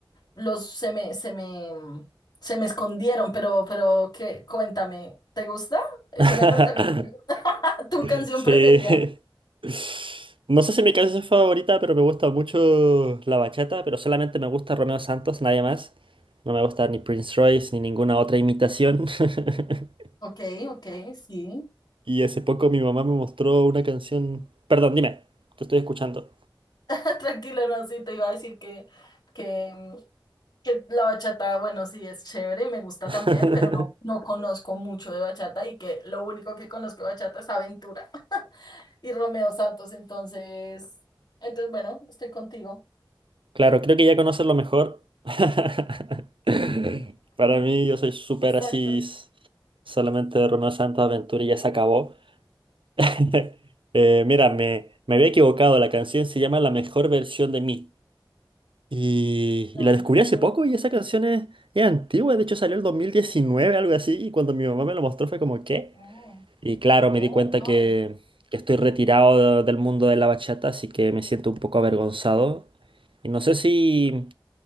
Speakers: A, on the left; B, on the right.
A: los se me se me mm, se me escondieron, pero pero que cuéntame, ¿te gusta? Es
B: <laughs>
A: una canción que te gusta? <laughs> tu canción
B: Sí.
A: preferida.
B: <laughs> No sé si mi canción es favorita, pero me gusta mucho la bachata, pero solamente me gusta Romeo Santos, nadie más. No me gusta ni Prince Royce ni ninguna otra imitación. <laughs>
A: Ok, ok, sí.
B: Y hace poco mi mamá me mostró una canción. Perdón, dime, te estoy escuchando.
A: <laughs> Tranquilo, no, sí, te iba a decir que, que, mm, que la bachata, bueno, sí, es chévere, me gusta
B: <laughs>
A: también, pero no, no conozco mucho de bachata y que lo único que conozco de bachata es Aventura y Romeo Santos, entonces, entonces, bueno, estoy contigo.
B: Claro, creo que ya conoces lo mejor. <laughs> Para mí, yo soy súper
A: Exacto.
B: así, s- solamente de Romeo Santos Aventura y ya se acabó. <laughs> Eh, mira, me, me había equivocado. La canción se llama La mejor versión de mí. Y,
A: Lamer,
B: y la descubrí hace
A: Forbes.
B: poco y esa canción es, es antigua. De hecho, salió el 2019, algo así. Y cuando mi mamá me lo mostró fue como, ¿qué?
A: Oh,
B: Y claro,
A: Oh,
B: me di cuenta
A: wow.
B: que, que estoy retirado de- del mundo de la bachata, así que me siento un poco avergonzado. Y no sé si,